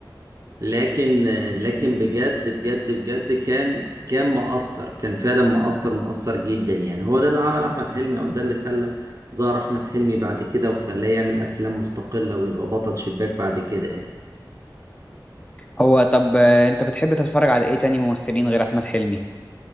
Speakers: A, on the right; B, on the left.
A: لكن لكن بجد بجد بجد كان كان مؤثر كان فعلا مؤثر مؤثر جدا يعني هو ده اللي عمل احمد حلمي او ده اللي خلى ظهر احمد حلمي بعد كده وخلاه يعمل افلام مستقلة ويبقى بطل شباك بعد كده يعني
B: هو طب آه، انت بتحب تتفرج على ايه تاني ممثلين غير احمد حلمي